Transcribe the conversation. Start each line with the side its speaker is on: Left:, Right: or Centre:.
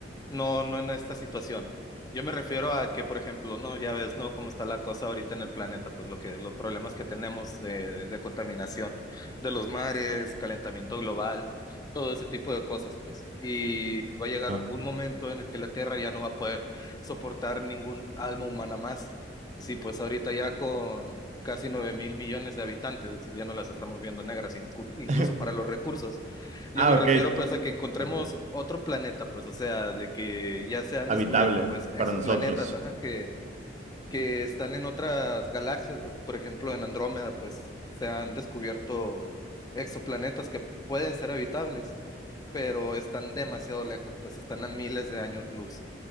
Left: no, no en esta situación. Yo me refiero a que, por ejemplo, no, ya ves, ¿no? Cómo está la cosa ahorita en el planeta, pues lo que, los problemas que tenemos eh, de contaminación de los mares, calentamiento global, todo ese tipo de cosas, pues. Y va a llegar
Right: Ajá.
Left: un momento en el que la Tierra ya no va a poder soportar ningún alma humana más. Sí, pues ahorita ya con casi nueve mil millones de habitantes, ya no las estamos viendo negras, inclu- incluso
Right: <laughs>
Left: para los recursos. Yo
Right: Ah,
Left: me refiero
Right: ok,
Left: pues a que encontremos
Right: ok.
Left: otro planeta, pues, o sea, de que ya se han
Right: Habitable
Left: descubierto pues exoplanetas,
Right: para nosotros,
Left: ajá, que, que están en otras galaxias, güey. por ejemplo, en Andrómeda, pues se han descubierto exoplanetas que pueden ser habitables, pero están demasiado lejos, pues están a miles de años luz.